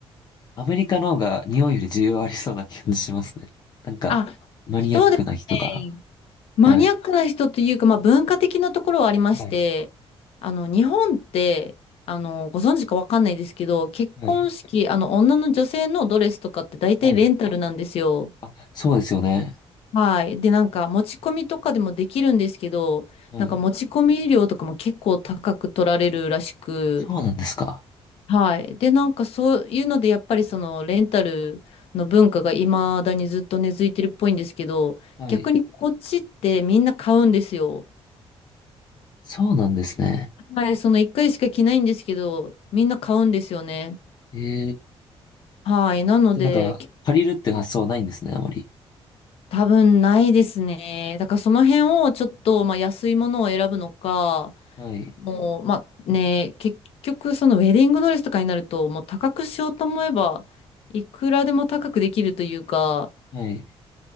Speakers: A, on the left; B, on the left.
A: アメリカの方が日本より需要ありそうな感じしますね。なんか、
B: あ、
A: マニアックな人が。
B: そうですね。マニアックな人というか、
A: はい。
B: まあ文化的なところはありまして、
A: はい。
B: あの、日本って、あの、ご存知かわかんないですけど、結婚式、
A: はい。
B: あの、女の女性のドレスとかって大体レンタルなんですよ。
A: はい。あ、そうですよね。
B: はい。で、なんか持ち込みとかでもできるんですけど、
A: はい。
B: なんか持ち込み料とかも結構高く取られるらしく、
A: そうなんですか。
B: はい。で、なんかそういうので、やっぱりそのレンタルの文化が未だにずっと根付いてるっぽいんですけど、
A: はい。
B: 逆にこっちってみんな買うんですよ。
A: そうなんですね。
B: はい、その1回しか着ないんですけど、みんな買うんですよね。
A: えー、
B: はい。なので、
A: で、なんか、
B: け
A: 借りるっていう発想はないんですね、
B: はい
A: あまり。
B: 多分ないですね。だからその辺をちょっと、まあ、安いものを選ぶのか、
A: はい。
B: もう、まあね、結局そのウェディングドレスとかになると、もう高くしようと思えば、いくらでも高くできるというか、
A: はい。